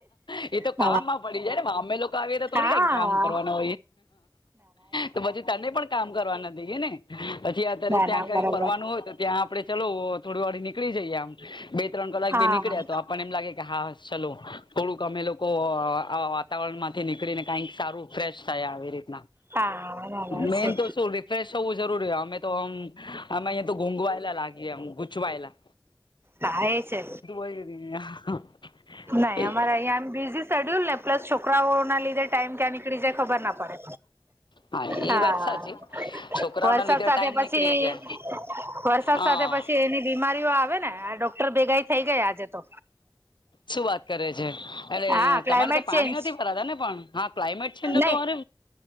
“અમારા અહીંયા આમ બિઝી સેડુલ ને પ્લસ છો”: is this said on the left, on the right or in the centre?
Right